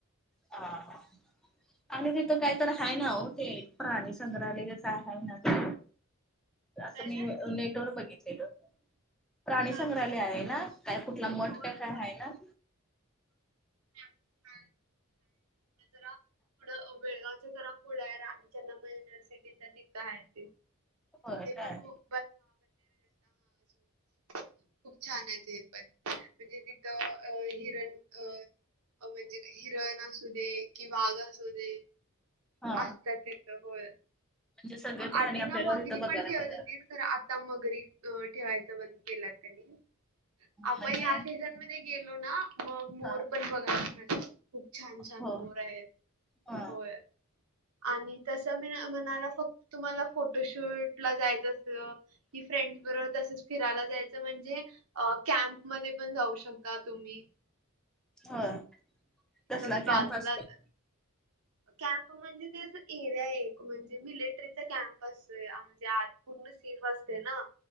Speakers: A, in the centre; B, on the right (about 80°).
A: हा. आणि तिथं काय तर हाय ना, हो. ते प्राणी संग्रहालयस हाय ना. असं
B: काय
A: मी,
B: काय?
A: नेटवर बघितलेलं. प्राणी
B: काय
A: संंग्रहालय आहे ना? काय कुठला? मठ
B: होय
A: का, काय
B: होय
A: हाय ना?
B: <unintelligible> जरा पूडं वेळात जरा पुढय. राय सोनी युनिव्हर्सिटीच्या तिथं हाय ते. ते
A: होय काय?
B: पण खूप <unintelligible> खूप छानय ते पण. म्हणजे तिथं, अ हिरण अ म्हणजे ते हिरण असू दे. कि वाघ असू दे.
A: हा
B: असतात तिथं. होय.
A: म्हणजे सगळे प्राणी
B: आधी
A: आपल्याला
B: ना मगरी
A: तिथं बघायला
B: पण ठेवत
A: मिळतात.
B: होती. तर आता मगरी अ ठेवायच, बंद केला त्यांनी. आपण
A: म्हणजे
B: ह्या सीझन मध्ये गेलो ना, मग मोर
A: हा
B: पण बघायला भेटतात. खूप छान - छान
A: हो
B: मोर आहेत.
A: हा
B: होय. आणि तस मना - म्हणायला फक्त तुम्हाला, फोटोशूटला जायचं अस की फ्रेंडस बरोबर, तसच फिरायला जायचं. म्हणजे अ कॅम्पमध्ये पण जाऊ शकता, तुम्ही.
A: ह.
B: तिथंच
A: कसला,
B: बाजूलाच
A: कॅम्प असतय?
B: कॅम्प म्हणजे, ते एरिया एक. म्हणजे मिलेटरीचा कॅम्प. असंय, आमच्यात. पूर्ण सेफ असते ना.